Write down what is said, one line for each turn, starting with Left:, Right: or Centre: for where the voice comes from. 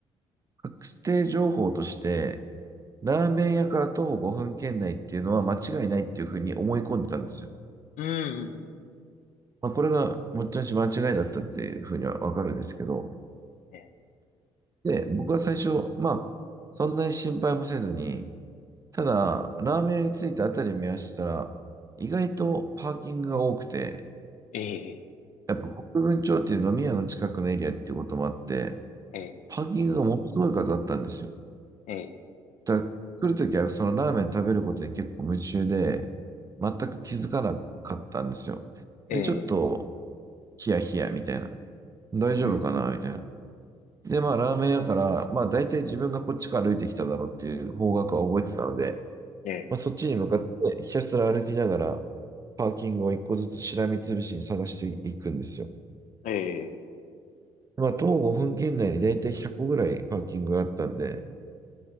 Right: 確定情報として、ラーメン屋から徒歩5分圏内っていうのは間違いないっていうふうに思い込んでたんですよ。
Left: うん、
Right: まあ、これがもちろん間違いだったっていうふうにはわかるんですけど、
Left: え、
Right: で、僕は最初、まあ、そんなに心配もせずに、ただ、ラーメン屋に着いたあたりを見合したら、意外とパーキングが多くて、
Left: え、え、
Right: やっぱ国分町っていう飲み屋の近くのエリアっていうこともあって、
Left: え、
Right: パーキングがものすごい数あったんですよ。
Left: え、え、
Right: だから来るときはそのラーメン食べることに結構夢中で、全く気づかなかったんですよ。
Left: え、
Right: で、ちょっとヒヤヒヤみたいな。大丈夫かなみたいな。
Left: うん、
Right: で、まあラーメン屋から、まあ大体自分がこっちから歩いてきただろうっていう方角は覚えてたので、
Left: え、
Right: まあそっちに向かってひたすら歩きながら、パーキングを一個ずつしらみつぶしに探していくんですよ。
Left: え、え、
Right: まあ、徒歩5分圏内に大体100個ぐらいパーキングがあったんで、